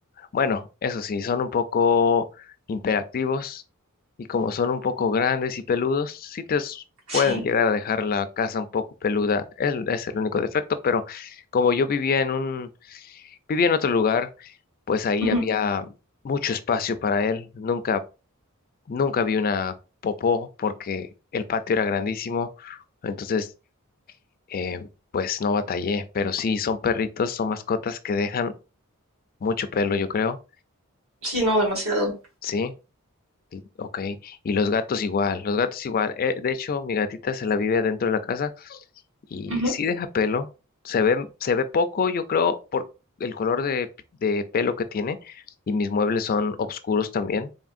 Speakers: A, on the left (about 40°); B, on the right (about 65°).
A: Bueno, eso sí, son un poco imperactivos y como son un poco grandes y peludos, sí te s-
B: Sí.
A: pueden llegar a dejar la casa un poco peluda. Es, es el único defecto, pero como yo vivía en un, vivía en otro lugar, pues ahí
B: Ujú,
A: había mucho espacio para él. Nunca, nunca vi una popó porque el patio era grandísimo. Entonces, eh, pues no batallé, pero sí, son perritos, son mascotas que dejan mucho pelo, yo creo.
B: Sí, no, demasiado.
A: Sí. Ok, y los gatos igual, los gatos igual. Eh, de hecho, mi gatita se la vive dentro de la casa y
B: ujú.
A: sí deja pelo. Se ve, se ve poco, yo creo, por el color de, de pelo que tiene y mis muebles son oscuros también.